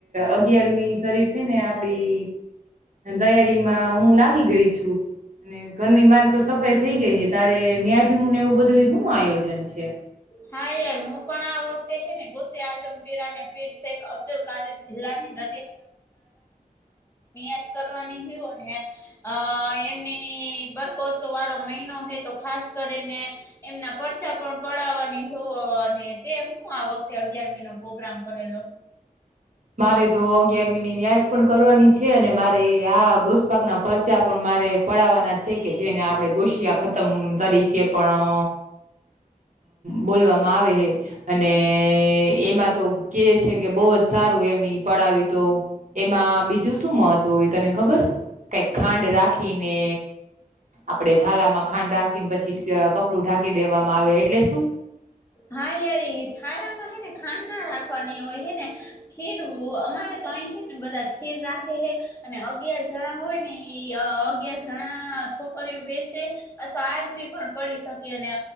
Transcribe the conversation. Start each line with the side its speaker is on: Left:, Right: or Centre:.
Right: અગિયારમી શરીફે ને આપડી દયારીમાં હું લાગી ગઈ છું. અને ઘરની મારે તો સફાઈ થઈ ગઈ હ તારે ન્યાજમ ને એવું બધું. હું આયોજન છે.
Left: હા યાર હું પણ આ વખતે હે ને ગુસે આઝમ પીરા અને પીર શેખ અબ્દુલ કાદીર જિલ્લાની હ અન્શ કરવાની ને એમની બરકો વારો મહિનો હોય તો ખાસ કરીને એમના પચા પણ પડાવવાની અને તે શું આ વખતે અગિયાર મહિનો પ્રોગ્રામ કરેલો
Right: મારે તો અગિયારમીની ન્યાજ પણ કરવાની છે અને મારે આ ગોસ્પાક ના પરચા પણ મારે પડાવવાના છે કે જેને આપડ ગોશિયા ખતમ તરીકે પણ બોલવામાં આવે હ અને એમાં તો કે છે કે બહ જ સારું એમ પડાવી તો એમાં બીજું શું મહત્વ હોય તને ખબર કઈક ખાંડ રાખીને આપડે થાલા માં ખાંડ રાખીને પછી કપડું ઢા કી દેવામાં આવે એટલે શું
Left: હા યાર થારામાં હે ને ખાંડ ના રાખવાની હોય હે ને ખીરવું અમારે તો ને બધા ખીર રાખે હે અને અગિયાર જણા હોય ને એ અગયાર જણા છોકરી બેસે અથવા આદમી પણ પડી શકેને